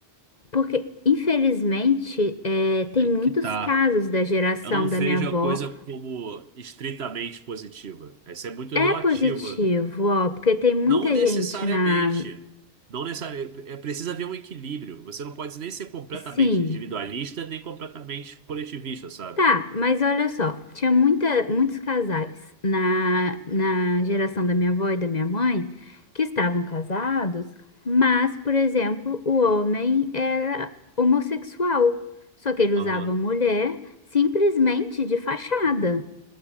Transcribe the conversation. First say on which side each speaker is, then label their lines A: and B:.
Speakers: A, on the left; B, on the right.
A: Porque, infelizmente, é, tem
B: Aí
A: muitos
B: que tá.
A: casos da geração
B: Eu não vejo
A: da minha avó.
B: a coisa como estritamente positiva. Essa é muito
A: É
B: relativa.
A: positivo, ó, porque tem muita
B: Não necessariamente.
A: gente na.
B: Não necessariamente. É, precisa haver um equilíbrio. Você não pode nem ser completamente
A: Sim,
B: individualista, nem completamente coletivista, sabe?
A: tá, mas olha só, tinha muita, muitos casais na, na geração da minha avó e da minha mãe que estavam casados, mas, por exemplo, o homem era homossexual, só que ele
B: Aham.
A: usava mulher simplesmente de fachada.